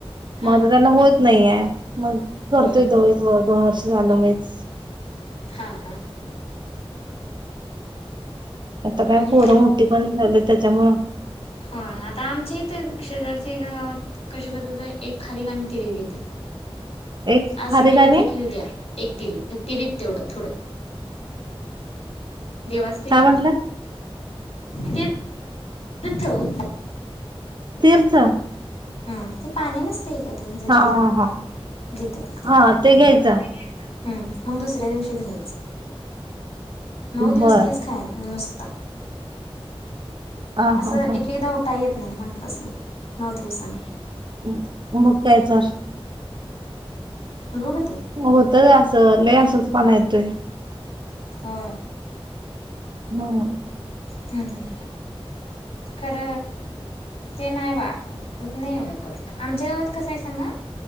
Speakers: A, on the left; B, on the right.
A: हां
B: मग आता त्यांना होत नाहीये मग
A: होय
B: करतोय तो. दोन वर्ष झालं नाहीच.
A: हां हां
B: आता काय
A: आणि
B: पोरं मोठी पण झाले त्याच्यामुळं
A: हो आता आमच्या इथ शेजारच्या. एका गावात कसे बसे एक खारी गाणी तिरीज घेतात.
B: एक
A: आज
B: खारीक
A: सकाळी
B: आणि
A: घेतलं की उद्या. एक तिरी तिरीत तेवढं थोडं. देवासच तरीत
B: काय म्हंटलं
A: ते. तीर्थ बोलतात.
B: तीर्थ.
A: हम् ते पाणी नसते. ते का ती हच्यातलं
B: हा हा हा
A: देते <unintelligible> ह
B: हा ते घ्यायचं
A: हम्म मग दुसऱ्या दिवशी घ्यायच. नऊ दिवस
B: बर
A: तेच खायायचं नुसत.
B: ह
A: असं
B: हा हा
A: एक-एकदा उठाय येत नाही मडपातून नाही नऊ दिवसाने.
B: ् मग काय तर.
A: लोक <unintelligible>
B: होत अस. लई अशक्त पाना येतोय.
A: हो.
B: हम.
A: हम्म खर. ते नाही बा होत नाही एवढं कडू. आमच्या गावात कसं आहे सांगा.